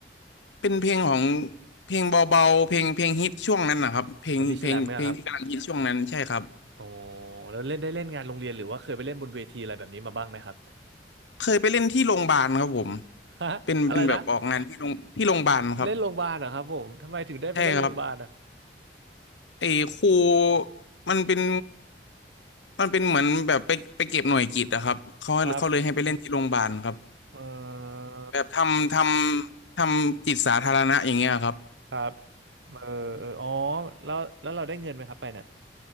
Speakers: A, on the left; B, on the right.
A: เป็นเพลงของเพลงเบาๆเพลงเพลงฮิตช่วงนั้นนะครับเพลงเพลงเพลงที่กำลังฮิตช่วงนั้นใช่ครับ
B: บอดี้สแลมเนี่ยครับอ๋อแล้วเล่นได้เล่นงานโรงเรียนหรือว่าเคยไปเล่นบนเวทีอะไรแบบนี้มาบ้างไหมครับ
A: เคยไปเล่นที่โรงพยาบาลครับผม
B: ฮะ <laughs>
A: เป็นเป็นแบบออกงานที่โรงที่โรงพยาบาลครับ
B: อะไรนะเล่นโรงพยาบาลเหรอครับผมทำไมถึงได้ไปเล่นโรงพยาบาลอะ
A: ใช่ครับไอ้ครูมันเป็นมันเป็นเหมือนแบบไปไปเก็บหน่วยกิตอะครับเขาเขาเลยให้ไปเล่นที่โรงพยาบาลครับ
B: ครับ เออ
A: แบบทำทำทำจิตสาธารณะอย่างเงี้ยครับ
B: ครับเออเอออ๋อแล้วแล้วเราได้เงินไหมครับไปเนี่ย